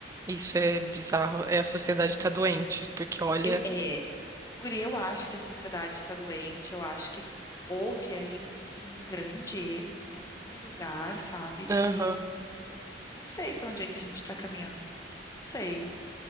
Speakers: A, on the right; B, on the left.
A: Isso é bizarro. É, a sociedade tá doente, porque olha.
B: Eu, é, Guri, eu acho que a sociedade está doente, eu acho que houve aí um, um grande erro em algum lugar, sabe? Que
A: Aham.
B: não sei para onde é que a gente está caminhando, não sei.